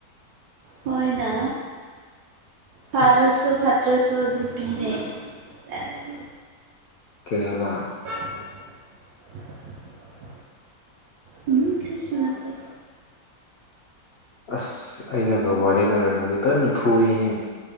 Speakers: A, on the right; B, on the left.
A: ꯍꫭꯏꯅ ꯐꯔꯁꯨ
B: ꯑꯁ
A: ꯐꯠ ꯇ꯭ꯔꯁꯨ ꯖꯤꯄꯤꯅꯦ ꯁ‌ꯦꯁ
B: ꯀꯩꯍꯕ
A: <inaudible> ꯎꯝ ꯀꯩꯁꯨꯅꯇ‌ꯦ
B: ꯑꯁ ꯑꯩꯅꯒ ꯋꯥꯔꯗꯦꯟ ꯑꯣꯏꯔꯝꯃꯗꯤ ꯐꯖꯅ ꯐꯨꯅꯤꯍꯦ